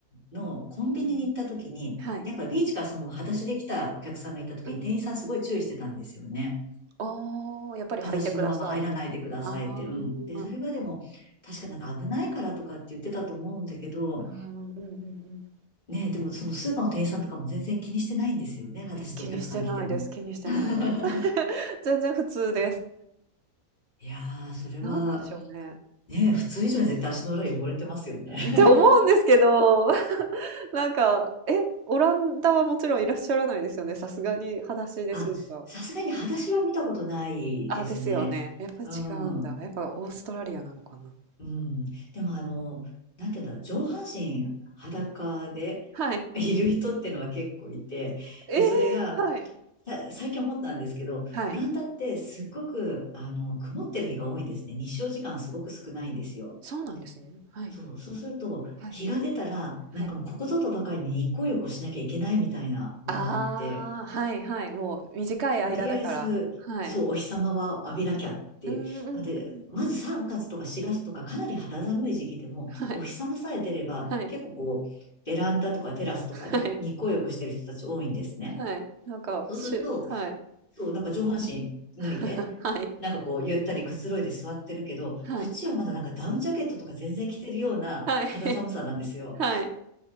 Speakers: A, on the left; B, on the right.
A: のコンビニに行った時に、
B: うんうん。はい。
A: やっぱビーチからそのまま裸足で来たお客さんがいた時に店員さんすごい注意してたんですよね。
B: うーん。ああ、やっぱり履いてくださいみたいな。
A: 裸足のまま入らないでくださいって。うん。で、それはでも、
B: ああ。
A: 確かなんか危ないからとかって言ってたと思うんだけど、
B: ああ、うんうんうん。
A: ねえ、でもそのスーパーの店員さんとかも全然気にしてないんですよね。裸足でお客さん来ても。
B: え、気にしてないです。気にしてないです。
A: <laughs>
B: <laughs> 全然普通です。
A: いやー、それは、
B: 何なんでしょうね。
A: ねえ、普通以上に絶対足の裏汚れてますよね。<laughs>
B: って思うんですけど。なんか、え、オランダはもちろんいらっしゃらないですよね。さすがに裸足でスーパー。
A: あ、さすがに裸足は見たことないですね。
B: あ、ですよね。やっぱり違うんだ。
A: うん。
B: やっぱオーストラリアなのかな。
A: うん。でもあの、なんていうんだろう、上半身裸で
B: はい。
A: いる人ってのは結構いて、
B: ええ、
A: で、それが、
B: はい。
A: さ、最近思ったんですけど、
B: はい。
A: オランダってすっごく、あの、曇ってる日が多いんですね。日照時間すごく少ないんですよ。
B: そうなんですね。はい。
A: そう、そうすると、
B: はい。
A: 日が出たら、
B: はい。
A: なんかもうここぞとばかりに日光浴をしなきゃいけないみたいなのがあって、
B: ああ、はいはい。もう短い間だから。
A: とりあえず、
B: はい。
A: そう、お日様は浴びなきゃって。
B: うんうんうん。
A: なので、まず3月とか4月とかかなり肌寒い時期でも、
B: はい。
A: お日様さえ出れば、
B: はい。
A: 結構こう、ベランダとかテラスとかで日光浴してる人たち多いんですね。
B: はい。はい。なんか、
A: そうすると、
B: しゅはい。
A: そう、なんか上半身脱いで、
B: <laughs> はい。
A: なんかこう、ゆったりくつろいで座ってるけど、
B: はい。
A: こっちはまだなんかダウンジャケットとか全然着てるような肌寒さなんですよ。
B: はい。はい。